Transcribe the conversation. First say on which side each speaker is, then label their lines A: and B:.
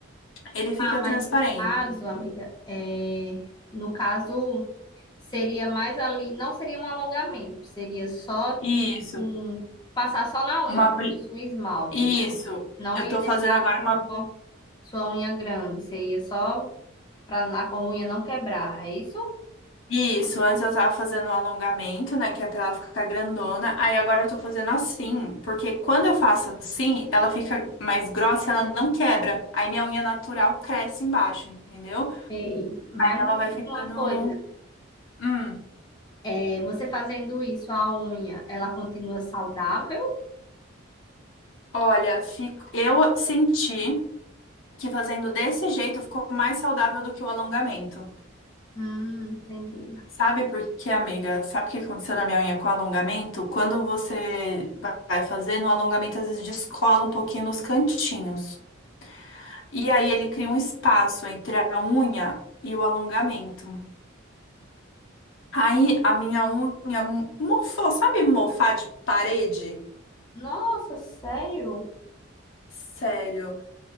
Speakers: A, on the left; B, on the left.
A: ele fica
B: Ah, mas
A: transparente.
B: no caso, amiga, é... no caso, seria mais ali, não seria um alongamento, seria só,
A: Isso,
B: tipo, um- passar só na unha,
A: uma
B: como se
A: bli-
B: fosse um esmalte,
A: isso.
B: né? Não
A: Eu
B: ia
A: tô
B: deixar
A: fazendo agora
B: a sua,
A: uma
B: sua unha grande, seria só para a unha não quebrar, é isso?
A: Isso, antes eu tava fazendo um alongamento, né, que é pra ela ficar grandona. Aí agora eu tô fazendo assim, porque quando eu faço assim, ela fica mais grossa, e ela não quebra. Aí minha unha natural cresce embaixo, entendeu?
B: Sei. Mas
A: Ela
B: me
A: vai
B: diz
A: ficando.
B: uma coisa,
A: Hum,
B: é, você fazendo isso, a unha, ela continua saudável?
A: olha, fico... eu senti que fazendo desse jeito ficou mais saudável do que o alongamento.
B: Hum, entendi.
A: Sabe por quê, amiga? Sabe o que aconteceu na minha unha com o alongamento? Quando você vai fazendo, o alongamento às vezes descola um pouquinho nos cantinhos. E aí ele cria um espaço entre a unha e o alongamento. Aí a minha unha mofou, sabe mofar de parede?
B: Nossa, sério?
A: Sério,